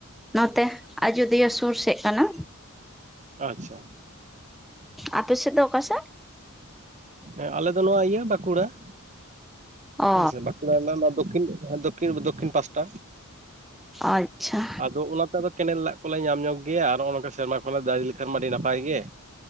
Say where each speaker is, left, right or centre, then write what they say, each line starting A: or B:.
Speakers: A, in the centre; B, on the right.
A: ᱱᱚᱛᱮ, ᱟᱡᱚᱫᱤᱭᱟᱹ ᱥᱩᱨ ᱥᱮᱫ ᱠᱟᱱᱟ
B: ᱟᱪᱪᱷᱟ
A: ᱟᱯᱮ ᱥᱮᱫ ᱫᱚ ᱚᱠᱟ ᱥᱮᱫ
B: ᱦᱮᱸ ᱟᱞᱮ ᱫᱚ ᱱᱚᱣᱟ ᱤᱭᱟᱹ ᱵᱟᱸᱠᱩᱲᱟ
A: ᱚ
B: ᱦᱮᱸ ᱵᱟᱸᱠᱩᱲᱟ ᱨᱮᱱᱟᱜ ᱫᱚᱠᱷᱤᱱ ᱫᱚ ᱫᱚ ᱫᱚᱠᱠᱷᱤᱱ ᱯᱟᱥᱴᱟ,
A: ᱟᱪᱪᱷᱟ
B: ᱟᱫᱚ ᱚᱱᱟ ᱟᱫᱚ ᱠᱮᱱᱮᱞ ᱫᱟᱜ ᱠᱚᱞᱮ ᱧᱟᱢ ᱧᱚᱜ ᱜᱮᱭᱟ ᱟᱨ ᱱᱚᱜᱼᱚ ᱱᱚᱝᱠᱟ ᱥᱮᱨᱢᱟ ᱠᱷᱚᱱᱮ ᱫᱟᱜ ᱞᱮᱠᱷᱟᱱ ᱢᱟ ᱟᱹᱰᱤ ᱱᱟᱯᱟᱭ ᱜᱮ